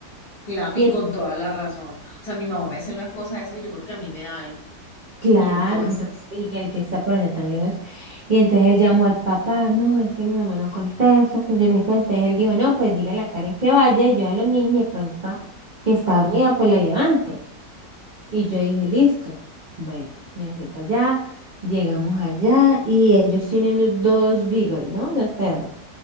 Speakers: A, on the left; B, on the right.
A: Claro, y
B: y
A: con toda la razón. O sea, mi mamá me hace una cosa de eso y yo creo que a mí me da algo.
B: Claro,
A: Y entonces,
B: no, y el que está por allá tan lejos. Y entonces él llamó al papá, no, es que mi mamá no contesta, que yo no sé qué. Entonces él dijo, no, pues dígale a Karen que vaya y yo a los niños y de pronto, si está dormida, pues la levante. Y yo dije, listo. Bueno, me fui para allá, llegamos allá y ellos tienen u- dos beagle, ¿no? Dos perros.